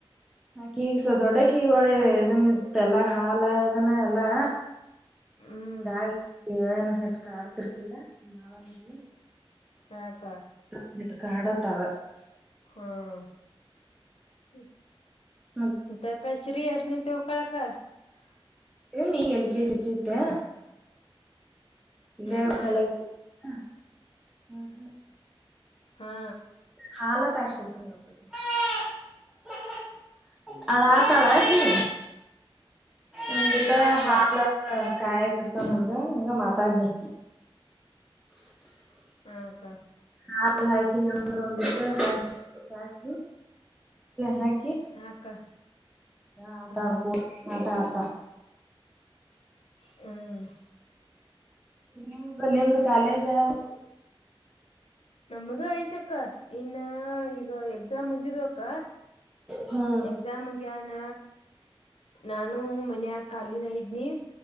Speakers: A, in the centre; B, on the left.
A: ಹ ಕೀಸ ದೊಡ್ಡ ಕೀಗಳೆ ಇದನ್ ಇತ್ತೆಲ್ಲಾ ಹಾಲ ಇದನ ಎಲ್ಲಾ
B: ಹ್ಮ್
A: ಹಾಗಿನಟ್ ಕ ಆಡ್ತಿರ್ಕಿಲ್ಲ ಸ ಮಾವನಿದ್ಲಿ
B: ಹಾ ಅಕ್ಕ
A: <inaudible>
B: ಹಾಂ <unintelligible>
A: ಮತ್ತ
B: <unintelligible>
A: ನೀ ಎಲ್ ಕೆ ಜ್ <unintelligible> ಇಲ್ಲ
B: ಹಾ
A: ಶಾಲೆಗೂ <unintelligible>
B: ಹಾ
A: ಹಾಲ ಕಾಯಿಸ್ ಕೊಡ್ತೀನಿ <unintelligible> ಅಳತಳಕ್ಕೆ ಒಂದಿಟ್ಟ ತ
B: ಹಾಕ್ಕ
A: ಹಾಲ ಕಾಯಾಕ ಇರ್ತನ್ಂಗ ಹಂಗ ಮಾತಾಡ್ನಿ
B: ಹಕ್ಕ
A: ಹಲ್ ಹಾಕನಿ ಅಂದ್ರ ಒಂದಿಟ್ಟ ಹ ಕಸಿ ಹಾಕಿಊ
B: ಹಾಕ್ಕ
A: ಆಟಾ
B: ಹ
A: ಆಡ್ಕೋ ಆಟಡ್ ತ್ತ
B: ಹ್ಮ್
A: ನಿಮ್ದ ನಿಮ್ದ ಕಾಲೇಜ ಯಾವದೂ
B: ನಮ್ಮ್ದ ಐತ ಅಕ್ಕ ಇನ್ನ ಈಗ ಎಕ್ಸಾಮ್ ಮುಗ್ದಿದ್ವಕ್ಕ
A: ಹಾ
B: ಎಕ್ಸಾಮ್ಗ್ಯಾನ ನಾನು ಮನ ಕಖಾಲಿನ ಇದನೀ